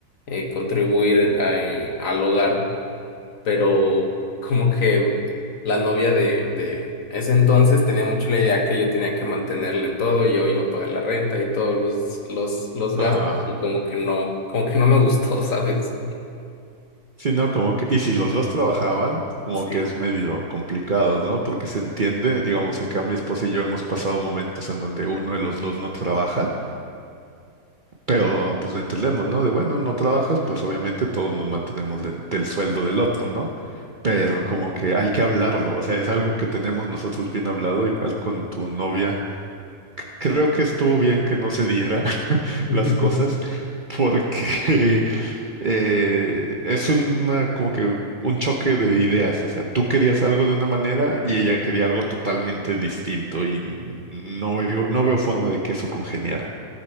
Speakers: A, on the left (about 55°); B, on the right (about 40°).
A: eh, contribuir a- eh, al hogar, pero como que la novia de, de ese entonces tenía mucho la idea que yo tenía que mantenerle en todo, yo iba a pagar la renta y todos los, los, los gastos
B: Ah,
A: y como que no, como que no me gustó, <laughs> ¿sabes?
B: sí, no, como que, y si los dos trabajaban, como
A: Sí.
B: que es medio complicado, ¿no? Porque se entiende, digamos, acá mi esposa y yo hemos pasado momentos en donde uno de los dos no trabaja, pero pues lo entendemos, ¿no? De bueno, no trabajas, pues obviamente todos nos mantenemos de- del sueldo del otro, ¿no? Pero como que hay que hablarlo, o sea, es algo que tenemos nosotros bien hablado, igual con tu novia. Creo que estuvo bien que no se diera, <laughs>
A: <laughs>
B: las cosas porque <laughs> eh, es una como que un choque de ideas, o sea, tú querías algo de una manera y ella quería algo totalmente distinto y no veo, no veo forma de que eso congeniara.